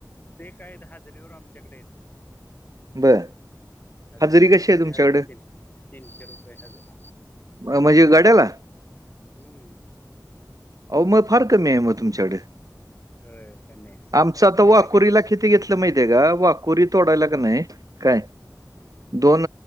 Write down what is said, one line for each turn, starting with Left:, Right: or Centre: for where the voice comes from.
Left: ते काय हाजरीेवर आमच्याकडे येतात.
Right: बर
Left: हजरीे
Right: हजेरी
Left: दिवसाची
Right: कशी आहे तुमच्याकडे
Left: हजरीेतील तीनशे रुपये हजरी
Right: म्हणजे गड्याला
Left: हम्म
Right: आहो मग फार कमी आहे मग तुमच्याकडे
Left: होय कमी आहे
Right: आमचं
Left: तुमच्याकडे
Right: आता वाकुरीला
Left: आहे
Right: कि किती घेतलं माहितीय का वाकुरी तोडायला का नाही काय?
Left: हं, हं,
Right: दोन